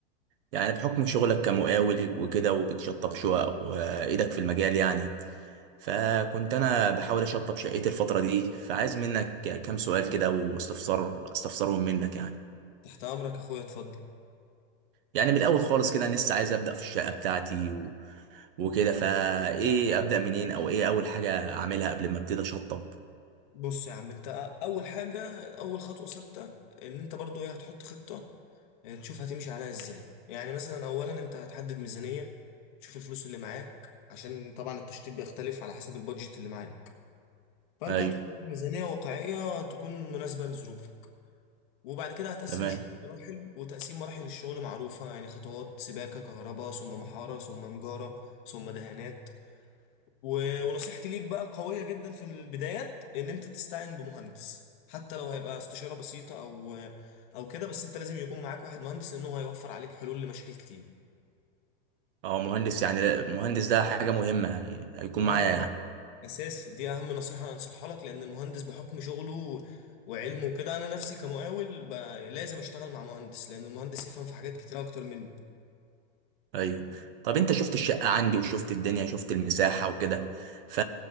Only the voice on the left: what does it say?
تحت امرك يا اخويا اتفضل
بص يا عم انت اول حاجه اول خطوه ثابته ان انت برضو ايه هتحط خطه اه، تشوف هتمشي عليها ازاي يعني مثلا اولا انت هتحدد ميزانيه تشوف الفلوس اللي معاك عشان طبعا التشطيب بيختلف على حسب البادجت اللي معاك فانت
هتحط ميزانيه واقعيه تكون مناسبه لظروفك وبعد كده هتقسم
الشغل مراحل وتقسيم مراحل الشغل معروفة يعني خطوات سباكة كهرباء ثم محارة ثم نجارة ثم دهانات و... ونصيحتي ليك بقى القوية جدا في البدايات إن أنت تستعين بمهندس حتى لو هيبقى استشارة بسيطة أو أو كده بس أنت لازم يكون معاك واحد مهندس لأنه هيوفر عليك حلول لمشاكل كتير
اه
طبعا
اساسي دي اهم نصيحه انا انصحها لك لان المهندس بحكم شغله و- وعلمه وكده انا نفسي كمقاول ب... لازم اشتغل مع مهندس لان المهندس يفهم في حاجات كتير اكتر مني